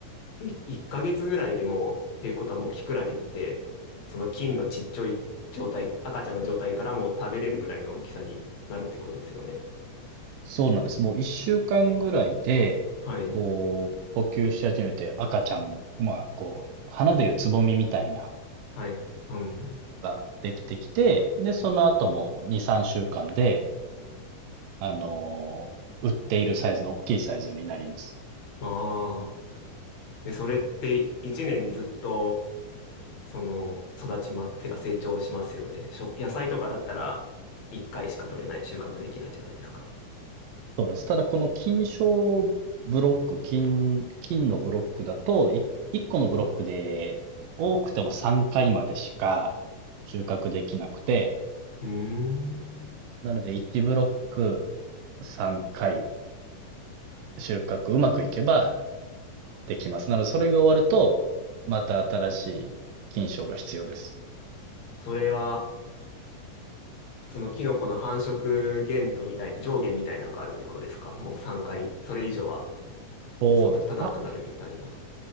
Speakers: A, on the left; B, on the right.
A: い1ヶ月ぐらいでもう、っていうことはもうキクラゲって、その菌のちっちゃい状態、赤ちゃんの状態からもう食べれるぐらいの大きさになるってことですよね。
B: そうなんです。もう一週間ぐらいで、
A: はい。
B: こう、呼吸し始めて赤ちゃん、まあ、こう、花でいうつぼみみたいな
A: はい。うん。
B: のができてきて、で、その後も2、3週間で、あの、売っているサイズの大きいサイズになります。
A: まあ。で、それって1年ずっと、その、育ちます。手が成長しますよね。食野菜とかだったら、1回しか取れない、収穫できないじゃないですか。
B: そうなんです。ただこの金賞ブロック、金、金のブロックだと、い1個のブロックで多くても3回までしか収穫できなくて、
A: うーん。
B: なので1ブロック3回収穫うまくいけばできます。なのでそれが終わると、また新しい金賞が必要です。
A: それは、そのキノコの繁殖限度みたい、上限みたいなのがあるってことですかもう3回、それ以上は
B: そうです。
A: 育たなくなるみたいな。
B: た